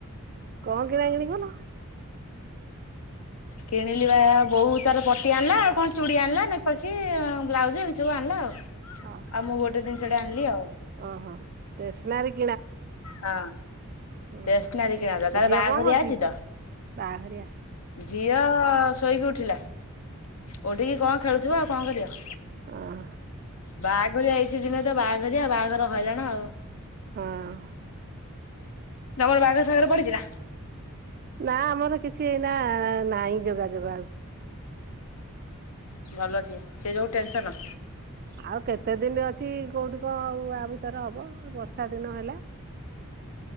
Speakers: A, on the right (about 40°); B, on the left (about 75°).
A: କଣ କିଣାକିଣି କଲ?
B: କିଣିଲି ବା ବୋଉ ତାର ପଟି ଆଣିଲା ଆଉ କଣ ଚୁଡି ଆଣିଲା। ନେକ୍ ପାଲିଶି ବ୍ଲାଉଜ ଚୁ ଆଣିଲା ଆଉ। ଆଉ
A: ହଁ
B: ମୁଁ ଗୋଟେ ଜିନିଷ ଟେ ଆଣିଲି ଆଉ।
A: ଓହୋ ଷ୍ଟେସନାରି
B: ହଁ
A: ହୁଁ।
B: ଟେସ୍ନାରୀ କିଣାଜା ତାର
A: ଝିଅ
B: ବାହାଘରିଆ
A: କଣ କରୁଛି?
B: ଅଛି ତ।
A: ବାହାଘରିଆ
B: ଝିଅ ଶୋଇକି ଉ ଉଠିଲା ଓଉଠିକି କଣ ଖେଳୁଥିବ ଆଉ କଣ କରିବ।
A: ଅଁ
B: ବାହାଘରି ଏଇ ସିଜିନି ରେ ତ ବାହାଘରିଆ ଆଉ ବାହାଘର ହଇରାଣ ଆଉ।
A: ହଁ <inaudible>
B: ତମର ବାହାଘର ସାଘର ପଡିଛି ନା।
A: ନା ଆମର କିଛି ଏଇନା ନାହିଁ ଯୋଗାଯୋଗ ଆଉ।
B: ଭଲ ସିଏ ଯୋଉ ଟେନ୍ସନ।
A: ଆଉ କେତେ ଦିନି ଅ କିଛି କୋଉଠିକ ଆଉ ଆ ଭିତରେ ହବ ବର୍ଷା ଦିନ ହେଲା।